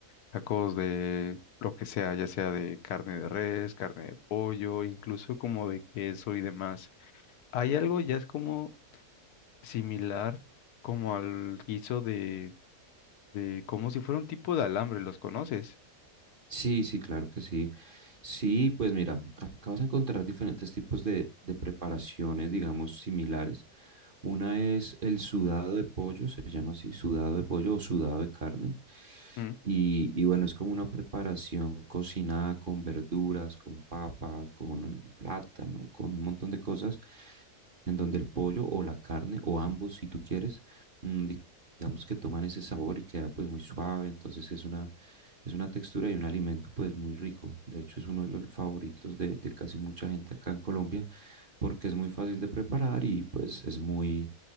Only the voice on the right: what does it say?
Sí, sí, claro que sí. Sí, pues mira, acá vas a encontrar diferentes tipos de, de preparaciones, digamos, similares. Una es el sudado de pollo, se llama así, sudado de pollo o sudado de carne.
Y, y bueno, es como una preparación cocinada con verduras, con papa, con plátano, con un montón de cosas, en donde el pollo o la carne, o ambos, si tú quieres, mm, digamos que toman ese sabor y queda pues muy suave, entonces es una, es una textura y un alimento pues muy rico. De hecho es uno de los favoritos de, de casi mucha gente acá en Colombia porque es muy fácil de preparar y pues es muy,